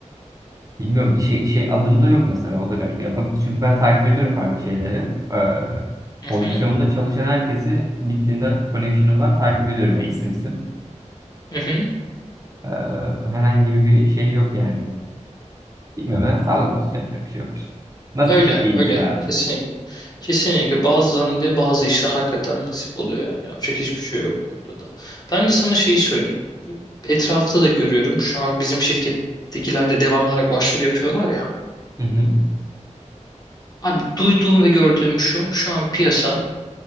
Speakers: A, on the right (about 25°); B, on the left (about 30°).
A: Bilmiyorum işe, işe alım da yok mesela o da garip. Ya bak, çünkü ben takip ediyorum kanka şeyleri. E,
B: Hı
A: pozisyonda
B: hı.
A: çalışan herkesi LinkedIn'de connection'ım var. Takip ediyorum yani isim isim.
B: Hı hı.
A: E, herhangi bir şey yok yani. Bilmiyorum ya, sağlık olsun yapacak bir şey yok. Nasip
B: Öyle,
A: değilmiş
B: öyle.
A: abi.
B: Kesinlikle. Kesinlikle. Bazen de bazı işler hakikaten nasip oluyor yani. Yapacak hiçbir şey yok bu noktada. Ben de sana şeyi söyleyeyim. Etrafta da görüyorum. Şu an bizim şirkettekiler de devamlı olarak başvuru yapıyorlar ya.
A: Hı hı.
B: Abi duyduğum ve gördüğüm şu. Şu an piyasa